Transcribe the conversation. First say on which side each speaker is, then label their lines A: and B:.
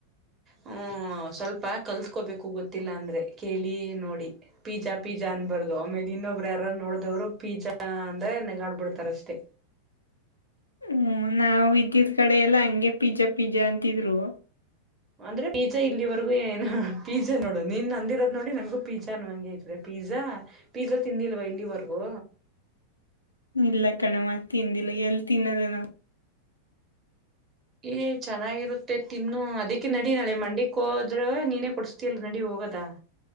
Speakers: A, on the right; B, on the left.
A: ಹ್ಮ ಸ್ವಲ್ಪ ಕಲ್ತ್ಕೋಬೇಕು ಗೊತ್ತಿಲ್ಲ ಅಂದ್ರೆ ಕೇಳಿ ನೋಡಿ ಪಿಜ್ಜಾ ಪಿಜಜಾ ಅನ್ಬಾರದು ಆಮೇ ಇನ್ನೊಬ್ರು ಯಾರ ನೋಡ್ದವ್ರು ಪೀಜಾ ಅಂದ್ರೆ ನಗಾಡ್ ಬಿಡ್ತಾರಷ್ಟೇ
B: ಹ್ಮ್ ನಾವವು ವಿದ್ಯುತ್ ಕಡೆ ಎಲ್ಲ ಹಗೆ ಪಿಜ್ಜಾ ಪಿಜ್ಜಾ ಅಂತಿದ್ರು
A: ಅಂದ್ರೆ ಪೀಜಾ ಇಲ್ಲಿವರೆಗೂ ಏ ಪೀಜಾ ನೋಡು ನೀನ್ ಅಂದಿರದ್ ನೋಡಿ ನನ್ಗು ಪೀಜಾ ಅನ್ಂಗಗೆ ಆಐತದೆ ಪಿಜಾ ಪಿಜ್ಜಾ ತಿಂದಿಲ್ವಾ ಇಲ್ಲಿವರೆಗೂ
B: ಇಲ್ಲ ಕಣಮ ತಿಂದಿಲ್ಲ ಎಲ್ಲಿ ತಿನ್ನದ ನಾವು
A: ಏ್ ಚೆನ್ನಾಗಿರುತ್ತೆ ತಿನ್ನು ಅದ ಅದಕ್ಕೆ ನಡಿ ನಾಳೆ ಮಂಡಕ್ ಹೋದ್ರ ನೀನೇ ಕೊಡ್ಸ್ತಿಲ್ಲ ನಡಿ ಹೋಗದ